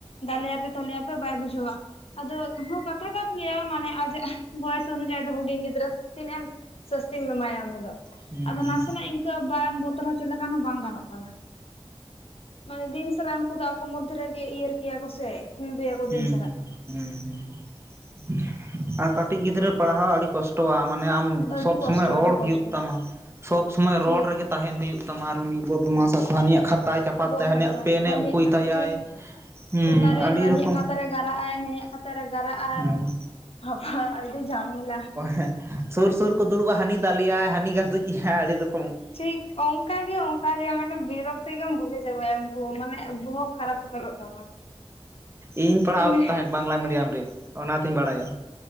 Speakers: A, on the left; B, on the right.
A: ᱫᱟᱞᱮᱭᱟᱯᱮ ᱛᱚᱞᱮᱭᱟᱯᱮ ᱵᱟᱭ ᱵᱩᱡᱷᱟᱹᱣᱟ᱾ ᱟᱫᱚ ᱦᱚᱸ ᱠᱟᱛᱷᱟ ᱠᱟᱱ ᱜᱮᱭᱟ ᱢᱟᱱᱮ ᱟᱡᱟᱜ ᱵᱚᱭᱮᱥ ᱚᱱᱩᱡᱟᱭᱤ ᱫᱚ ᱦᱩᱰᱤᱧ ᱜᱤᱫᱽᱨᱟᱹ ᱛᱤᱱᱟᱹᱜ ᱮᱢ ᱥᱟᱹᱥᱛᱤᱢ ᱮᱢᱟᱭᱟ ᱩᱱᱤ ᱫᱚ,
B: ᱦᱩᱸ
A: ᱟᱫᱚ ᱱᱟᱥᱮᱱᱟᱜ ᱤᱱᱠᱟᱹ ᱵᱟᱢ ᱵᱚᱛᱚᱨ ᱦᱚᱪᱚ ᱞᱮᱠᱷᱟᱱ ᱦᱚᱸ ᱵᱟᱝ ᱜᱟᱱᱚᱜ ᱠᱟᱱᱟ᱾ ᱢᱟᱱᱮ ᱫᱤᱱ ᱥᱟᱞᱟᱜ ᱩᱱᱠᱩ ᱫᱚ ᱟᱵᱚ ᱢᱚᱫᱽᱫᱷᱮ ᱨᱮᱜᱮ ᱤᱭᱟᱹᱨᱠᱤᱭᱟ ᱠᱚ ᱥᱮ, ᱠᱷᱤᱞᱰᱩᱭᱟᱠᱚ
B: ᱦᱩᱸ
A: ᱫᱤᱱ ᱥᱟᱨᱟ
B: ᱦᱩᱸ ᱦᱩᱸ ᱦᱩᱸ ᱟᱨ ᱠᱟᱹᱴᱤᱡ ᱜᱤᱫᱽᱨᱟᱹ ᱯᱟᱲᱦᱟᱣ ᱟᱹᱰᱤ ᱠᱚᱥᱴᱚᱭᱟ ᱢᱟᱱᱮ ᱟᱢ
A: ᱟᱹᱰᱤ
B: ᱥᱚᱵᱽ
A: ᱠᱚᱥᱴᱚ
B: ᱥᱚᱢᱚᱭ ᱨᱚᱲ
A: ᱟᱹᱰᱤ ᱠᱚᱥᱴᱚ
B: ᱦᱩᱭᱩᱜ ᱛᱟᱢᱟ, ᱥᱚᱵᱽ ᱥᱚᱢᱚᱭ
A: ᱴᱷᱤᱠ
B: ᱨᱚᱲ ᱨᱮᱜᱮ ᱛᱟᱦᱮᱱ ᱦᱩᱭᱩᱜ ᱛᱟᱢᱟ ᱟᱨ ᱩᱱᱤ ᱵᱚᱫᱢᱟᱥᱟ ᱠᱷᱟᱡ ᱦᱟᱱᱤᱭᱟᱜ ᱠᱷᱟᱛᱟᱭ ᱪᱟᱯᱟᱫ
A: ᱵᱚᱫᱢᱟᱥᱟᱭ
B: ᱦᱟᱹᱱᱤᱭᱟᱜ ᱯᱮᱱ
A: ᱦᱟᱹᱱᱤᱭᱟᱜ
B: ᱮ ᱩᱠᱩᱭ ᱛᱟᱭᱟᱭ
A: ᱴᱷᱤᱠ
B: ᱦᱩᱸ
A: ᱚᱠᱟᱨᱮ
B: ᱟᱹᱰᱤ
A: ᱦᱟᱹᱱᱤᱭᱟᱜ
B: ᱨᱚᱠ
A: ᱠᱷᱟᱛᱟ ᱨᱮ ᱜᱟᱨᱟᱜ ᱟᱭ ᱱᱩᱭᱟᱜ ᱠᱷᱟᱛᱟ ᱨᱮ ᱜᱟᱨᱟᱜᱼᱟ
B: ᱦᱮᱸ
A: <unintelligible> ᱟᱹᱰᱤ ᱡᱷᱚᱢᱞ᱾
B: ᱦᱮ ᱥᱩᱨ ᱥᱩᱨ ᱠᱚ ᱫᱩᱲᱩᱵᱼᱟ ᱦᱟᱹᱱᱤ ᱫᱟᱞᱮᱭᱟᱭ ᱦᱟᱱᱤ ᱜᱟᱹᱫᱡ ᱟᱹᱰᱤ ᱨᱚᱠ
A: ᱴᱷᱤᱠ ᱚᱝᱠᱟ ᱚᱝᱠᱟ ᱢᱟᱱᱮ ᱵᱤᱨᱚᱠᱛᱤᱠ ᱵᱩᱹᱡᱷᱟᱣ ᱩᱱᱠᱩ ᱢᱟᱱᱮ ᱵᱚᱦᱚᱜ ᱠᱷᱟᱨᱟᱯ ᱩᱛᱟᱨ ᱛᱟᱢᱟ᱾
B: ᱤᱧ ᱯᱟᱲᱦᱟᱣ
A: ᱢᱤᱢᱤᱫ
B: ᱠᱚ ᱛᱟᱦᱮᱸᱫ ᱵᱟᱝᱞᱟ ᱢᱤᱰᱤᱭᱟᱢ ᱨᱮᱱ ᱚᱱᱟᱛᱤᱧ ᱵᱟᱲᱟᱭᱟ᱾